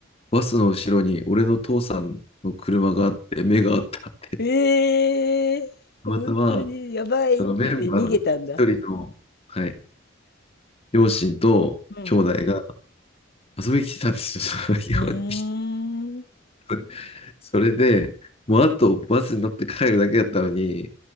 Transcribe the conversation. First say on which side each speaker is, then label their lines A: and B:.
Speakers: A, on the left; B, on the left.
A: バスの後ろに俺の父さんの車があって、目があった。って
B: ええー本当にやばいって言って逃げたんだ。
A: たまたま、そのメンバーの一人の、はい、両親と兄弟が
B: うん。
A: 遊びに来てたんですよ、その日本に。
B: うーん。
A: <laughs> それで、もうあとバスに乗って帰るだけだったのに、